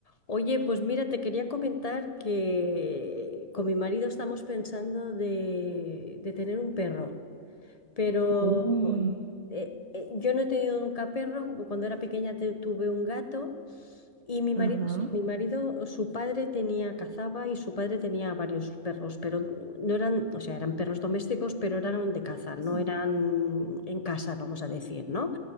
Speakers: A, on the left (about 30°); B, on the right (about 55°).
A: Oye, pues mira, te quería comentar que con mi marido estamos pensando de, de tener un perro, pero
B: Uh,
A: eh, eh, yo no he tenido nunca perro, cuando era pequeña te- tuve un gato y mi
B: ajá,
A: marido, sí, mi marido, su padre tenía, cazaba y su padre tenía varios perros, pero no eran, o sea, eran perros domésticos, pero eran de caza, no
B: sí,
A: eran en casa, vamos a decir, ¿no?